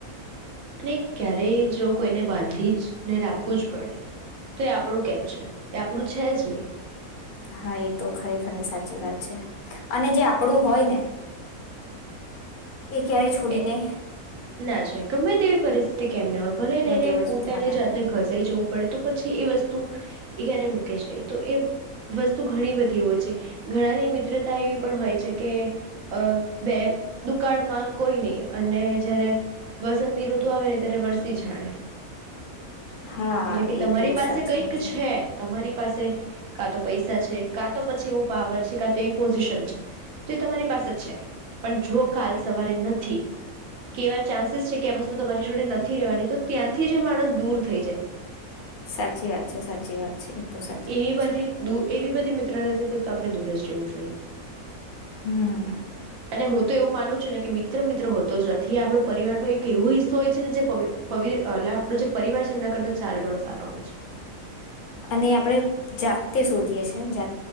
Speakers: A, on the right; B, on the left.
A: અને ક્યારેય જો કોઈને બાંધી જ ને રાખવું જ પડે, તો એ આપણું કેમ છે? એ આપણું છે જ નહીં.
B: હા એ તો ખરેખરની સાચી વાત છે, અને જે આપડું હોય ને એ ક્યારેય છોડીને
A: એ ના જાય, ગમે તેવી પરિસ્થિતિ કેમ ના હોય, ભલેને
B: ગમે
A: એને
B: તે પરિસ્થિતિમાં
A: પોતાની
B: ના
A: જાતને
B: જાય
A: ઘસાઈ જવું પડે તો પછી એ વસ્તુ એ ક્યારેય મૂકે જ નહીં, તો એ વસ્તુ ઘણી બધી હોય છે, ઘણાની મિત્રતા એવી પણ હોય છે કે અહ બે દુકાળમાં કોઈ નહીં અને જયારે વસંતી ઋતુ આવે ને ત્યારે વરસી જાણે.
B: હા
A: એટલે કે
B: એ
A: તમારી
B: તો
A: પાસે
B: સાચી
A: કંઈક
B: વાત
A: છે, તમારી પાસે કા તો પૈસા છે, કા તો પછી એવું પાવર છે, કા તો એવી પોઝિશન છે, તો એ તમારી પાસે છે, પણ જો કાલ સવારે નથ થી, કેવા ચાન્સીસ છે કે એ વસ્તુ તમારી જોડે નથી રહેેવાની તો ત્યાંથી જ એ માણસ દૂર થઈ જાય.
B: સાચી વાત છે, સાચી વાત છે, એ તો સાચી
A: એવી
B: વાત છે.
A: બધી <unintelligible> તો આપણે દૂર જ રહેવું જોઈએ.
B: હમ
A: અને હું તો એવું માનું છું ને કે મિત મિત્ર હોતો જ નથી, આપડો પરિવાર નો એક એવો હિસ્સો હોય છે ને જે પવિ પવિ એટલે આપણો જે પરિવાર છે એના કરતા ચાર ગણો સારો હોય છે.
B: અને આપડે જાતે શોધીએ છે ન જા